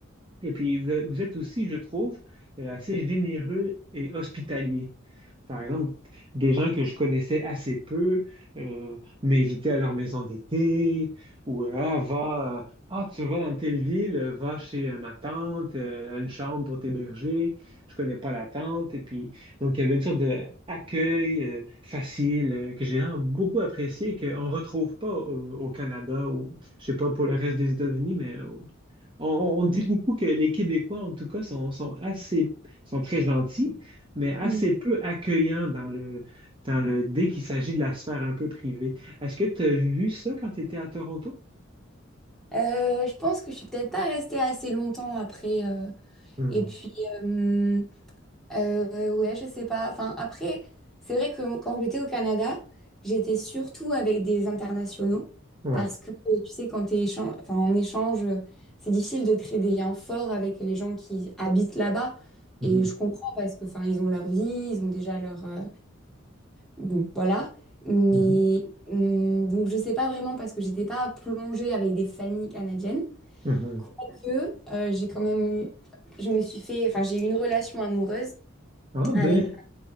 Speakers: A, on the right; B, in the centre.
A: Et puis vous, vous êtes aussi, je trouve, euh, assez généreux et hospitalier. Par exemple, des gens que je connaissais assez peu euh, m'invitaient à leur maison d'été ou euh, ah, va, euh, ah, tu vas dans telle ville, euh, va chez euh, ma tante, euh, elle a une chambre pour t'héberger, je connais pas la tante. Et puis, donc, il y avait une sorte d'accueil euh, facile euh, que j'ai vraiment beaucoup apprécié et qu'on ne retrouve pas au, au Canada ou, je sais pas, pour le reste des États-Unis, mais on, on- on dit beaucoup que les Québécois, en tout cas, sont, sont assez, sont très gentils, mais assez
B: mhm.
A: peu accueillants dans le, dans le, dès qu'il s'agit de la sphère un peu privée. Est-ce que tu as vu ça quand tu étais à Toronto?
B: Euh, je pense que je suis peut-être pas restée assez longtemps après. euh,
A: Hmm,
B: Et puis, euh, Euh, ouais, je sais pas. Enfin, après, c'est vrai que quand j'étais au Canada, j'étais surtout avec des internationaux
A: Ouais.
B: parce que euh, tu sais, quand t'es échan- enfin, en échange, euh, c'est difficile de créer des liens forts avec les gens qui habitent là-bas.
A: Mhm,
B: Et je comprends parce que, enfin, ils ont leur vie, ils ont déjà leur, euh, bon, voilà. Mais
A: mhm,
B: hum, donc, je sais pas vraiment parce que j'étais pas plongée avec des familles canadiennes.
A: mhm.
B: Quoique, euh, j'ai quand même eu, je me suis fait, enfin, j'ai eu une relation amoureuse.
A: Ah
B: avec
A: ben.